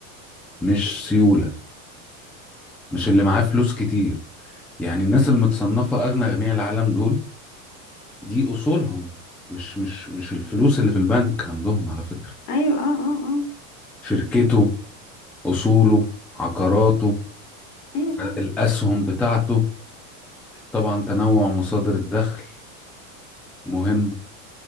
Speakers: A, in the centre; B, on the left (about 55°).
A: مش سيولة مش اللي معاه فلوس كتير يعني الناس المتصنفة أغنى أغنياء العالم دول دي أصولهم مش مش مش الفلوس اللي في البنك عندهم على فكرة
B: أيوة أه أه
A: شركته أصوله عقاراته
B: أه أيوة صح
A: الأسهم بتاعته طبعا تنوع مصادر الدخل مهم